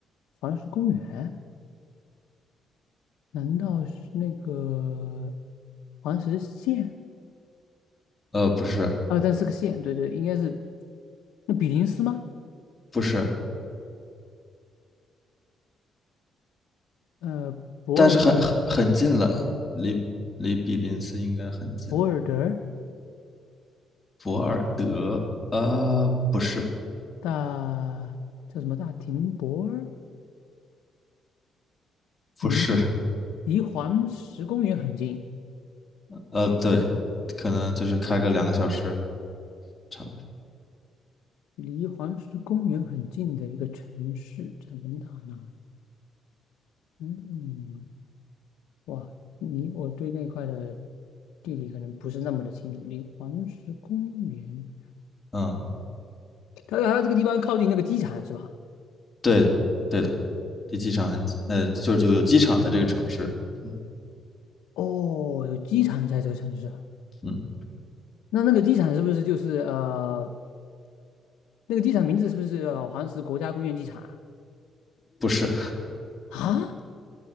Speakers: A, on the left; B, on the left.
A: 黄石公园，难道是那个黄石县？
B: 呃，不是，
A: 啊，但是个县，对对，应该是那比林斯吗？
B: 不是，
A: 呃，博尔
B: 但是很很很近了，离离比林斯应该很近了。
A: 博尔德。
B: 博尔德，呃，不是，
A: 大叫什么大停泊儿？
B: 不是，
A: 离离黄石公园很近，
B: 呃，对，可能就是开个两个小时，差不多。
A: 离黄石公园很近的一个城市，在蒙大拿。嗯，哇，你我对那块的地理可能不是那么的清楚。离黄石公园，
B: 嗯，
A: 它它这个地方靠近那个机场是吧？
B: 对的，对的，离机场很近，呃，就就有机场在这个城市。嗯
A: 哦，有机场在这个城市啊。
B: 嗯，
A: 那那个机场是不是就是呃，那个机场名字是不是叫黄石国家公园机场啊？
B: 不是，
A: 啊，